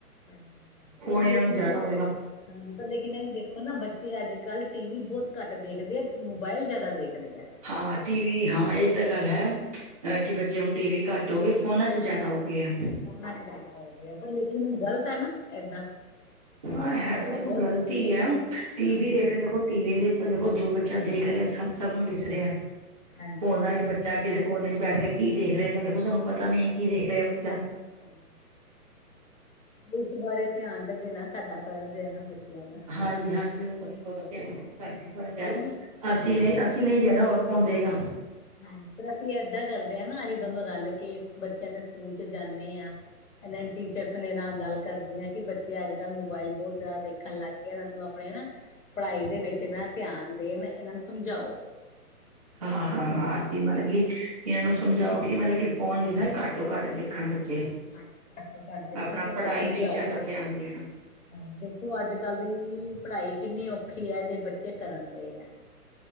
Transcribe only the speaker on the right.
ਹੋਣ
ਇਹਨਾਂ
ਨੂੰ ਜ਼ਿਆਦਾ
ਹੋਏਗਾ।
ਹਾਂ ਟੀ ਵੀ ਹਾਂ, ਇਹ ਤਾਂ ਗੱਲ ਹੈ ਅ ਕਿ
ਬੱਚੇ। ਜੇ ਹੁਣ ਟੀ ਵੀ ਘੱਟ ਹੋ ਗਏ ਫੋਨਾ ਚ ਜ਼ਿਆਦਾ ਹੋ ਗਏ ਆ।
ਹਾਂ ਹੈ
ਤਾਂ ਦੇਖੋ ਗ਼ਲਤ
ਹੀ ਹੈ ਟੀ
ਵੀ ਦੇਖਦੇ ਦੇਖੋ ਟੀ ਵੀ। ਦੇਖੋ ਜੋ ਬੱਚਾ ਦੇਖ ਰਿਹਾ ਸਭ ਨੂੰ ਦਿਸ ਰਿਹਾ
ਫੋਨਾਂ ਵਿੱਚ ਬੱਚਾ। ਕਿ ਦੇ ਕੋਨੇ ਚ ਬੈਠ ਰਿਹਾ ਕੀ ਦੇਖ ਰਿਹਾ ਤਾਂ ਦੇਖੋ ਸਾਨੂੰ ਪਤਾ ਨੀ ਕੀ ਦੇਖ ਰਿਹਾ ਬੱਚਾ।
ਹਾਂਜੀ ਹਾਂਜੀ ਉਹ ਤਾ ਸਾਡਾ
ਹੀ ਫਰਜ਼ ਹੈ
ਅਸੀਂ
ਨਹੀਂ
ਅਸੀਂ ਨਹੀਂ ਦੇਣਾ ਹੋਰ। ਕੌਣ ਜਏਗਾ।
ਹਾਂ ਹਾਂ ਹਾਂ
ਕੀ ਮਰਗੀ।
ਇਹਨਾਂ ਨੂੰ ਸਮਝਾਓ ਕਿ ਮਤਲਬ ਕਿ ਫੋਨ ਜ੍ਹਿਨਾਂ ਘਟੋ ਘੱਟ ਦੇਖਣ ਬੱਚੇ।
ਅਪਣਾ
ਪੜ੍ਹਾਈ
ਤੇ ਜਿਆਦਾ ਧਿਆਨ ਦੇਣਾ।